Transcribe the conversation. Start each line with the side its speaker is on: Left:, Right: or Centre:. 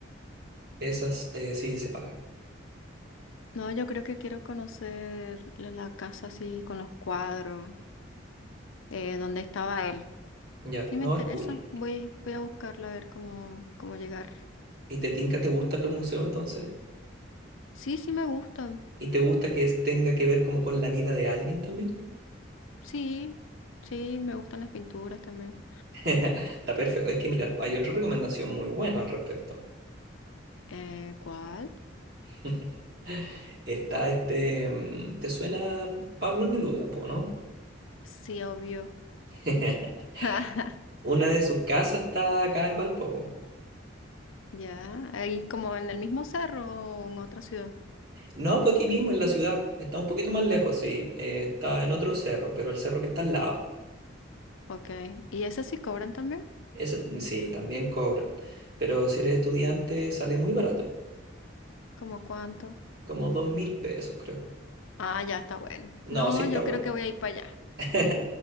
Right: esas eh, sí se paga.
Left: No, yo creo que quiero conocer la la casa así con los cuadros, eh, donde estaba él.
Right: Ya,
Left: Sí
Right: no
Left: me interesa,
Right: es cool.
Left: voy, voy a buscarla a ver cómo, cómo llegar.
Right: ¿Y te tinca, te gustan los museos entonces?
Left: Sí, sí me gustan.
Right: ¿Y te gusta que es- tenga que ver como con la vida de alguien también?
Left: Sí, sí, me gustan las pinturas también.
Right: <laughs> Está perfecto. Es que mira, hay otra recomendación muy buena al respecto.
Left: Eh, ¿cuál?
Right: <laughs> Está este, mm, ¿te suena Pablo Neruda, po, no?
Left: Sí, obvio.
Right: <laughs>
Left: <laughs>
Right: Una de sus casas está acá en Valpo, po.
Left: Ya, ahí como en el mismo cerro o en otra ciudad.
Right: No, pues aquí mismo en la ciudad. Está un poquito más lejos, sí. Eh, está en otro cerro, pero el cerro que está al lado.
Left: Ok. ¿Y esas sí cobran también?
Right: Ese, mm, sí, también cobran. Pero si eres estudiante, sale muy barato.
Left: ¿Cómo cuánto?
Right: Como dos mil pesos, creo.
Left: Ah, ya está bueno.
Right: No,
Left: No,
Right: sí está
Left: yo
Right: bueno.
Left: creo que voy a ir para allá.
Right: <laughs>